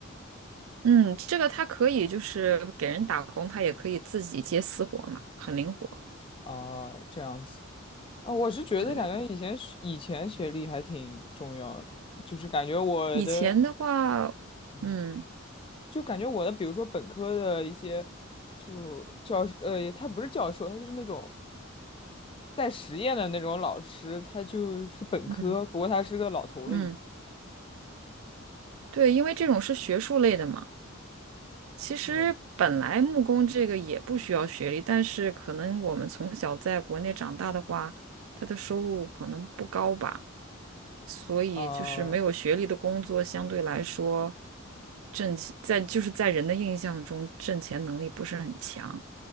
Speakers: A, on the right; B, on the left.
A: 嗯，这个他可以就是给人打工，他也可以自己接私活儿嘛，很灵活。
B: 啊，这样子。啊，我是觉得感觉以前学以前学历还挺重要的，
A: 对对对，
B: 就是感觉我的，
A: 以前的话。
B: 嗯
A: 嗯，
B: 就感觉我的，比如说本科的一些，就教授，呃，他不是教授，他就是那种带实验的那种老师，他就是本科，
A: 嗯
B: 不过他是个老头了已经。
A: 嗯，对，因为这种是学术类的嘛。其实本来木工这个也不需要学历，
B: 对，
A: 但是可能我们从小在国内长大的话，他的收入可能不高吧，所以就是没有学历的工作相对来说
B: 啊、
A: 挣钱在就是在人的印象中挣钱能力不是很强，